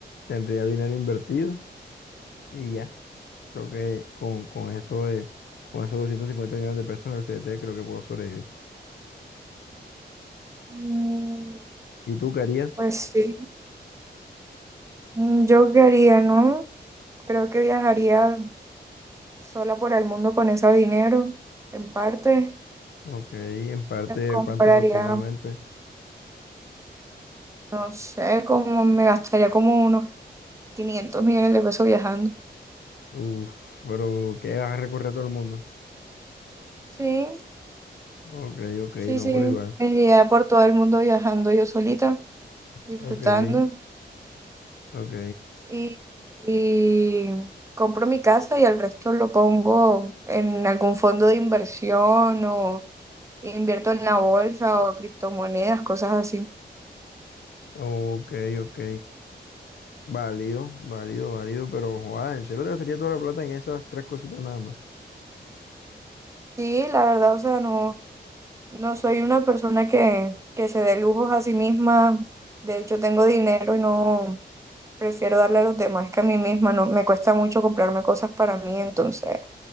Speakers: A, on the left; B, on the right.
A: Tendría dinero invertido y ya. Creo que con, con eso de, con esos 250 millones de pesos en el CDT creo que puedo sobrevivir.
B: Mm,
A: ¿Y tú qué harías?
B: Pues sí, Mm, yo qué haría, ¿no? Creo que viajaría sola por el mundo con ese dinero, en parte.
A: Ok, en parte,
B: Me compraría,
A: ¿cuánto aproximadamente?
B: no sé, como me gastaría como unos 500 millones de pesos viajando.
A: Uf, pero ¿qué vas a recorrer todo el mundo?
B: Sí,
A: Ok, ok,
B: sí,
A: no,
B: sí,
A: pero igual.
B: me iría por todo el mundo viajando yo solita, disfrutando.
A: Ok. Ok,
B: y, y compro mi casa y el resto lo pongo en algún fondo de inversión o invierto en la bolsa o criptomonedas, cosas así.
A: ok, ok. Válido, válido, válido, pero joder, ¿en serio te gastaría toda la plata en esas tres cositas nada más?
B: Sí, la verdad, o sea, no, no soy una persona que, que se dé lujos a sí misma. De hecho, tengo dinero y no prefiero darle a los demás que a mí misma. No, me cuesta mucho comprarme cosas para mí, entonces